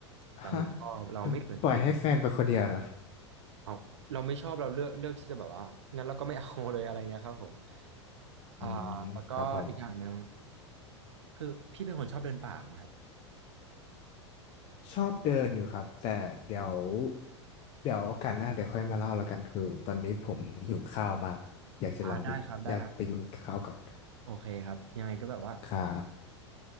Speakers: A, on the left (about 40°); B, on the right (about 70°).
A: ฮะ
B: เราไม่ชอบเราไม่เหมือนตัวเอง
A: ปล่อยให้แฟนไปคนเดียวนะ
B: เราเราไม่ชอบเราเลือกเลือกที่จะแบบว่างั้นเราก็ไม่เอาเลยอะไรเงี้ยครับผมอ่าแล้วก็อีกอย่างหนึ่ง
A: อืมครับผม
B: คือพี่เป็นคนชอบเดินป่าไหมครับ
A: ชอบเดินอยู่ครับแต่เดี๋ยวเดี๋ยวโอกาสหน้าเดี๋ยวค่อยมาเล่าแล้วกันคือตอนนี้ผมหิวข้าวมากอยากจะลองไปอยากไปกินข้าวก่อน
B: อ่าได้ครับได้ครับผมโอเคครับยังไงก็แบบว่า
A: ครับ